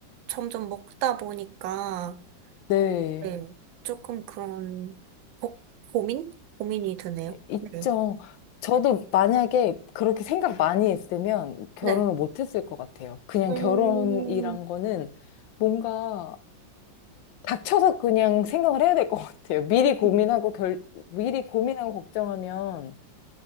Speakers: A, on the right; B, on the left.
A: 점점 먹다 보니까,
B: 네.
A: 네, 조금 그런 고, 고민? 고민이 드네요.
B: 있죠.
A: 네.
B: 저도 만약에 그렇게 생각 많이 했으면 결혼을
A: 네.
B: 못 했을 것 같아요. 그냥
A: 음,
B: 결혼이란 거는 뭔가 닥쳐서 그냥 생각을 해야 될 것 같아요. 미리
A: 음,
B: 고민하고 결, 미리 고민하고 걱정하면